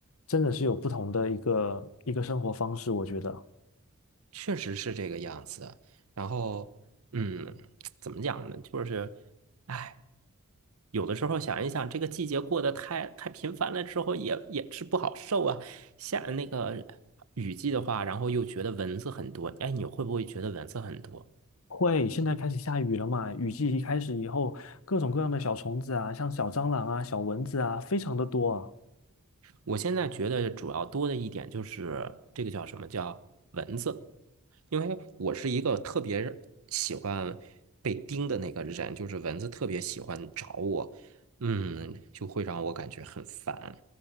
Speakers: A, on the left; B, on the right.
A: 真的是有不同的一个一个生活方式。我觉得
B: 确实是这个样子。然后，嗯，<tsk> 怎么讲呢？就是，哎，有的时候想一想，这个季节过得太太频繁了之后也，也是不好受啊。下那个雨季的话，然后又觉得蚊子很多。哎，你会不会觉得蚊子很多？
A: 会，现在开始下雨了嘛，雨季一开始以后，各种各样的小虫子啊，像小蟑螂啊、小蚊子啊，非常的多啊。
B: 我现在觉得主要多的一点就是这个叫什么叫蚊子，因为我是一个特别喜欢被叮的那个人，就是蚊子特别喜欢找我，嗯，就会让我感觉很烦，